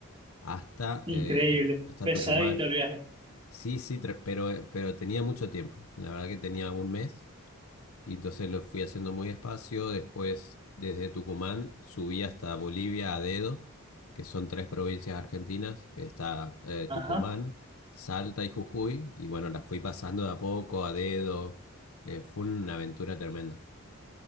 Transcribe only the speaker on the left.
hasta,
eh, hasta
Tucumán.
Sí, sí, tre- pero, eh, pero tenía mucho tiempo, la verdad que tenía un mes y entonces lo fui haciendo muy despacio. Después, desde Tucumán, subí hasta Bolivia a dedo, que son tres provincias argentinas. Está eh,
Tucumán, Salta y Jujuy. Y bueno, las fui pasando de a poco, a dedo. Eh, fue una aventura tremenda.